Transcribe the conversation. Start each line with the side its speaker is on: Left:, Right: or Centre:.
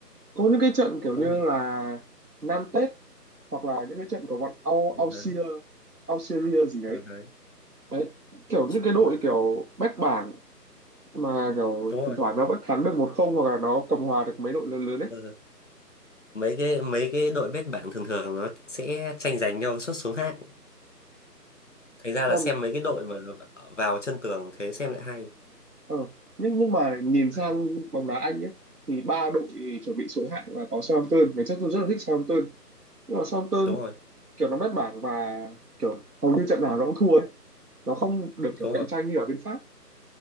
Right: có những cái trận kiểu
Left: đúng
Right: như
Left: rồi.
Right: là Nantes hoặc là những cái trận của bọn Au
Left: Ừ,
Right: Auxerre
Left: Đấy,
Right: Auxerre gì
Left: ờ,
Right: đấy
Left: đấy.
Right: đấy kiểu
Left: Chứ
Right: những cái
Left: mà
Right: đội kiểu bét bảng mà kiểu
Left: đúng rồi.
Right: thỉnh thoảng nó vẫn thắng được một không hoặc là nó cầm hòa được mấy đội lớn lớn ấy
Left: Ừ. Mấy cái mấy cái đội bét bảng thường thường nó sẽ tranh giành nhau suốt xuống hạng. Thành ra
Right: còn
Left: là xem mấy cái đội mà vào chân tường thế xem lại hay.
Right: ờ, nhưng nhưng mà nhìn sang
Left: Đấy,
Right: bóng đá Anh ấy thì ba đội chuẩn bị xuống hạng là có Southampton ngày trước tôi rất là thích Southampton nhưng mà Southampton
Left: đúng rồi,
Right: kiểu nó bét bảng và kiểu hầu như trận nào nó cũng thua nó không được kiểu
Left: đúng
Right: cạnh
Left: rồi.
Right: tranh như ở bên Pháp